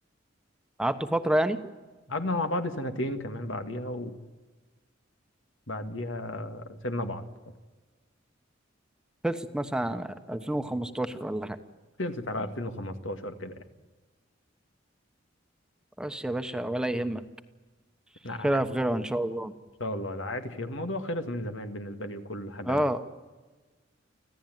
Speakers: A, in the centre; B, on the left.
A: قعدتوا فترة يعني
B: قعدنا مع بعض سنتين كمان بعديها وبعديها سيبنا بعض
A: خلصت مثلا 2015 ولا حاجة
B: خلصت على 2015 كده يعني
A: بس يا باشا ولا يهمك
B: لا عادي
A: خيرها في غيرها ان شاء الله
B: ان شاء الله لا عادي خير الموضوع خلص من زمان بالنسبه لي وكل حاجه
A: اه